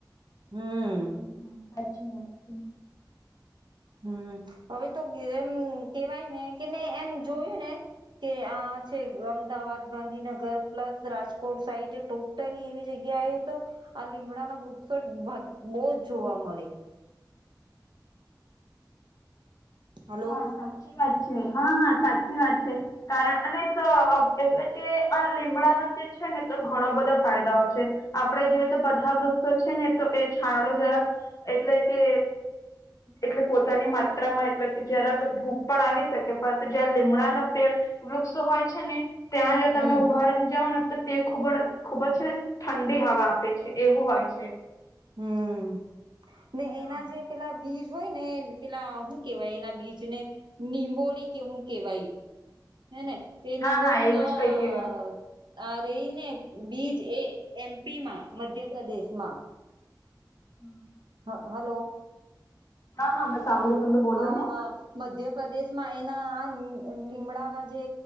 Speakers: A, on the right; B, on the left.
A: હમ્મ.
B: હા સાચી વાત છે.
A: હમ્મ હવે તો ગેમ કેવાય ને કે એમ જોયું ને કે આ છે અમદાવાદ ગાંધીનગર પ્લસ રાજકોટ સાઈડ તો પહેલી એવી જગ્યાએ તો આ લીમડાના વૃક્ષોટ બહું જ જોવા મળે. હલો
B: હા સાચી વાત છે હા હા સાચી વાત છે. કારણ અને એટલે કે આ લીમડાનો જે છે ને તો ઘણા બધા ફાયદાઓ છે. આપડડે જોઈએ તો બધા વૃક્ષો છે ને તો એ છાયડો જરાક- એટલે કે એટલે પોતાની માત્રામાં એટલે કે જરાક ધૂપ પણ આવી શકે, પરંતુ જયારે લીમડાનો વૃક્ષ હોય છે ને ત્યાં જો
A: હમ
B: તમે ઉભા રહી જાઓ ને તો તે ખૂબ જ ખૂબ જ છે ને ઠંડી હવા આપે છે, એવું હોય છે.
A: હમ્મ ને
B: હા
A: એના જે પેલા બીજ હોય ને પેલા શું કેવાય એના બીજને નિંબોળી કેવું કેવાય હેને એ
B: હા
A: નિંબોળીના
B: હા એવું જ કઈ કેવાય.
A: આ રહી ને બીજ એ એમપીમાં મધ્યપ્રદેશમાં
B: <inaudible>
A: હા હલો.
B: હા હા મેં સાંભળ્યું તમને બોલો
A: હા
B: ને
A: હા મધ્યપ્રદેશમાં એના આ લીમડાનો જે